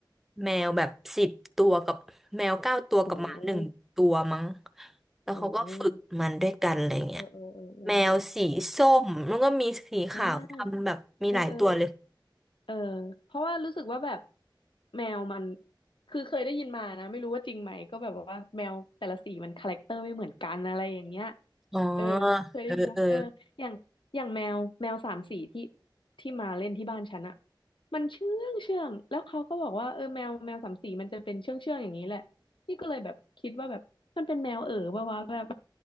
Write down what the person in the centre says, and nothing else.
แมวแบบสิบตัวกับแมวเก้าตัวกับหมาหนึ่งตัวมั้ง
แล้วเขาก็ฝึกมันด้วยกันอะไรเงี้ย
แมวสีส้มแล้วก็มีสีขาวดำแบบมีหลายตัวเลย
อ๋อ
เออเออ